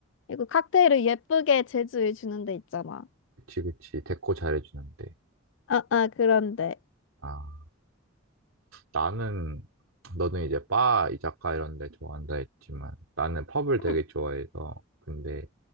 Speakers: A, on the left; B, on the right.
A: 이거 칵테일을 예쁘게 제조해 주는 데 있잖아.
B: 그치, 그치. 데코 잘해주는데.
A: 아, 아, 그런데.
B: 아, 나는 너는 이제 바, 이자카 이런 데 좋아한다 했지만 나는 펍을 되게
A: 응.
B: 좋아해서 근데